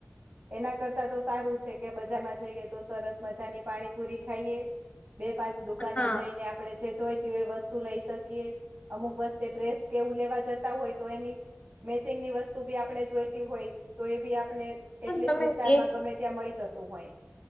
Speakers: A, on the right; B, on the left.
A: એના કરતા તો સારું છે કે બજારમાં જઈએ તો સરસ મજાની પાણીપુરી ખાઈએ. બે પાંચ દુકાને
B: હા
A: જઈને આપડે જે જોઈતી હોય એ વસ્તુ લઈ શકીયએ અમુક વસ્ તે ડ્રેસ કેવું લેવા જતા હોય તો એની મેચિંગની વસ્તુ બી આપણે જોઈ તી હોય તો એ બી આપને એટલી
B: તમે
A: જ વિસ્તારમાં
B: એક
A: ગમે ત્યાં મળી જતું હોય.